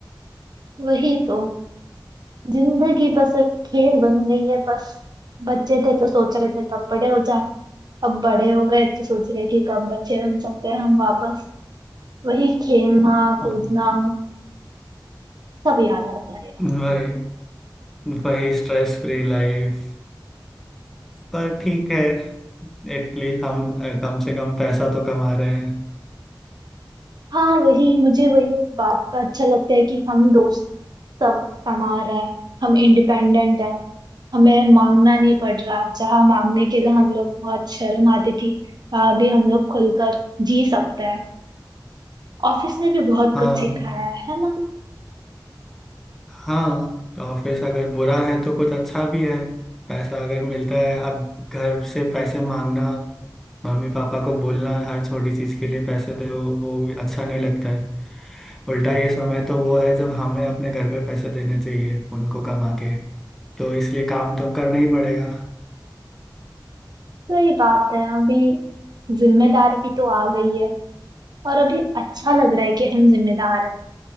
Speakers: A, on the right (about 60°); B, in the centre.
A: वही तो जिंदगी बस एक खेल बन गई है बस बच्चे थे तो सोच रहे थे कब बड़े हो जाए अब बड़े हो गए तो सोच रहे कि कब बच्चे बन सकते हैं हम वापस वही खेलना
B: हाँ
A: कूदना सब याद आता है यार
B: वही वही स्ट्रेस फ्री लाइफ पर ठीक है एटलीस्ट हम अ, कम से कम पैसा तो कमा रहे हैं
A: हाँ वही मुझे वही बात का अच्छा लगता है कि हम दोस्त सब कमा रहा है हम इंडिपेंडेंट है हमें मांगना नहीं पड़ रहा जहाँ मांगने के लिए हम लोग बहुत शर्म आती थी वहां भी हम लोग खुलकर जी सकते हैं ऑफिस ने भी बहुत
B: हाँ
A: कुछ सिखाया है है ना
B: हाँ ऑफिस अगर बुरा है तो कुछ अच्छा भी है पैसा अगर मिलता है अब घर से पैसे मांगना मम्मी पापा को बोलना हर छोटी चीज के लिए पैसे दे वो वो भी अच्छा नहीं लगता है उल्टा ये समय तो वो है जब हमें अपने घर पे पैसे देने चाहिए उनको कमा के तो इसलिए काम तो करना ही पड़ेगा
A: सही बात है अभी जिम्मेदारी भी तो आ गई है और अभी अच्छा लग रहा है कि हम जिम्मेदार हैं